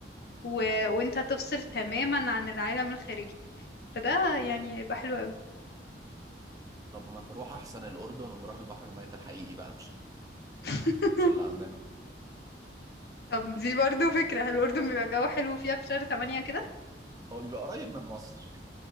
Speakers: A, on the left; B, on the right.
A: و... وانت تفصل تماما عن العالم الخارجي فده يعني هيبقى حلو قوي
B: طب ما نروح احسن الاردن ونروح البحر الميت الحقيقي بقى مش ال...
A: <laughs>
B: مش اللي عندنا
A: طب دي برضو فكرة الأردن بيبقى جو حلو فيها في شهر تمانية كده
B: هو بيبقى قريب من مصر